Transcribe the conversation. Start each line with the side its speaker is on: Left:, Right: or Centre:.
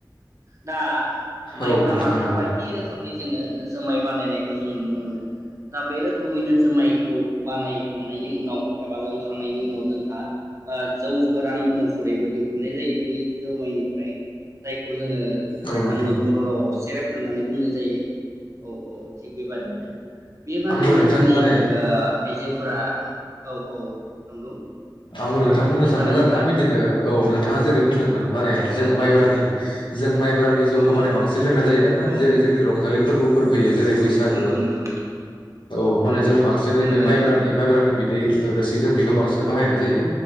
Right: दा माइब्रा
Left: औ नोंथां
Right: माथा
Left: नंगौ
Right: बायदि रोखोमनि जोङो जुमाय बानायनायखौ जों नुनो मोनो दा बे रोखोमैनो जुमायखौ बानायखांनायनि उनाव एबा लोंखांनायनि उनाव हा ओ जौ गोरान महरैबो दिहुननाय जायो । बै जुमाइनिफ्राय जायखौ जोङो ओ
Left: औ नोंथां
Right: जोंनि बर' रावाव सेरेफ होननानै बुंनाय जायो । औ औ थिग बेबादिनो बेबादिनो
Left: आंबो नोंथां
Right: जोंनि
Left: माने
Right: ओ आइजोफोरा औ औ नंगौ।
Left: आंबो नोंथां बुंनो
Right: बुंजागोन
Left: सानदों
Right: नोंथां
Left: आरो ना बिदिनो औ नोंथाङा जेरै बुंदोंमोन माने जोङो
Right: औ
Left: माइब्रानि
Right: औ
Left: जों माइ ब्रानि जौखौ
Right: औ
Left: माने
Right: औ
Left: बांसिन लोंनाय जायो आरोना
Right: औ
Left: जेरै जोंनि रंजालि फोरबोफोर फैयो जेरै बैसागो
Right: नंगौ नंगौ
Left: औ माने
Right: नंगौ
Left: जों बांसिनै
Right: नंगौ
Left: बे माइब्रानि
Right: नंगौ
Left: माइब्रानि बिद दै रोसि जों बेखौ बांसिन बाहायनाय जायो।